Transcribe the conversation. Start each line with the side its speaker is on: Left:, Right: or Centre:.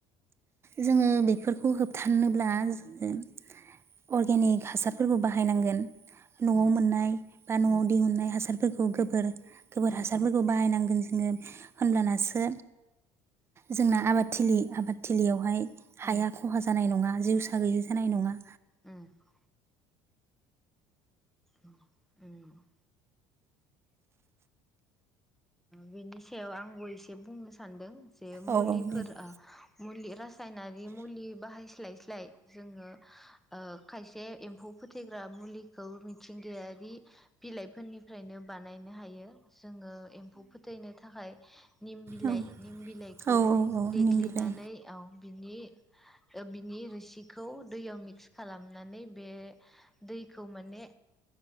Right: जोङो बेफोरखौ होबथानोब्ला जोङो अर्गेनिक हासारफोरखौ बाहायनांगोन। नआव
Centre: उम
Right: मोननाय बा नआव
Centre: उम
Right: दिहुनाय हासार। मोखौ गोबोर। गोबोर
Centre: उम
Right: हासारफोरखौ
Centre: उम
Right: बाहायनांगोन जोङो। होनब्लानासो जोंना आबादथिलि आबाद। थिलियावहाय। हाया
Centre: उम
Right: खहा जानाय नङा जिउसा गैयि जानाय नङा।
Centre: उम ओम ओम। बेनि सायाव आंबो एसे बुंनो सानदों। जे मुलिफोरा।
Right: औ औ दे बुं।
Centre: मुलिथ। रासायनारि मुलि बा जोङो खायसे एम्फौ फोथैग्रा मुलिखौ मिथिंगायारि बिलाइफोरनिफ्रायनो बानायनो हायो जोङो एम फु फोथैनो थाखाय। निम बिलाइ
Right: औ
Centre: निम बिलाइखौ
Right: औ औ औ
Centre: देग्लिनानै
Right: निम बिलाइ
Centre: ओं। बिनि बिनि रोसिखौ दैयाव मिक्स खालामनानै बे दैखौ माने